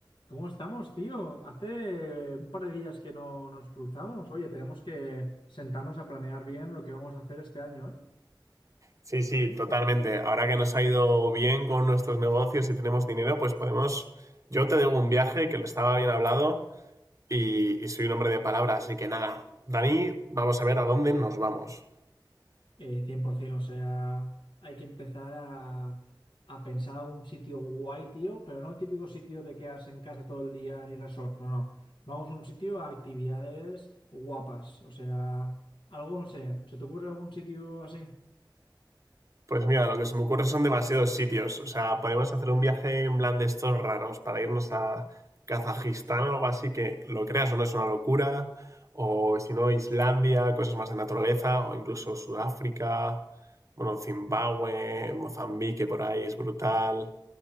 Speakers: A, on the left; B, on the right.
A: ¿Cómo estamos, tío? Hace un par de días que no nos cruzamos. Oye, tenemos que sentarnos a planear bien lo que vamos a hacer este año, ¿eh?
B: Sí, sí, totalmente. Ahora que nos ha ido bien con nuestros negocios y tenemos dinero, pues podemos. Yo te debo un viaje que le estaba bien hablado y, y soy un hombre de palabra, así que nada. Dani, vamos a ver a dónde nos vamos.
A: Eh, 100%, o sea, hay que empezar a, a pensar un sitio guay, tío, pero no el típico sitio de quedarse en casa todo el día ni resort, no, no. Vamos a un sitio a actividades guapas, o sea, algo, no sé, ¿se te ocurre algún sitio así?
B: Pues mira, lo que se me ocurre son demasiados sitios. O sea, podemos hacer un viaje en plan de estos raros para irnos a Kazajistán o algo así que lo creas o no es una locura. O si no, Islandia, cosas más de naturaleza, o incluso Sudáfrica, bueno, Zimbabue, Mozambique por ahí es brutal.